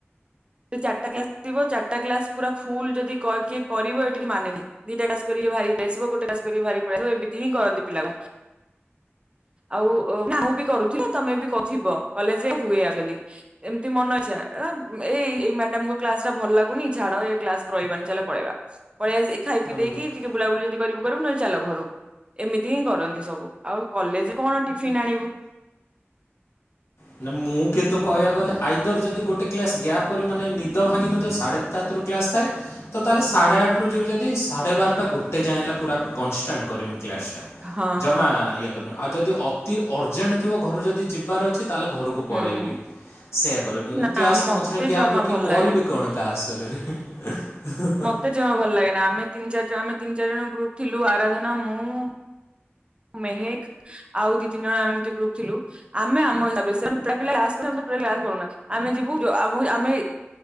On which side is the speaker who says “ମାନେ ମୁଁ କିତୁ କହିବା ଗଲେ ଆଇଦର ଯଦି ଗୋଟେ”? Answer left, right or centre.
Left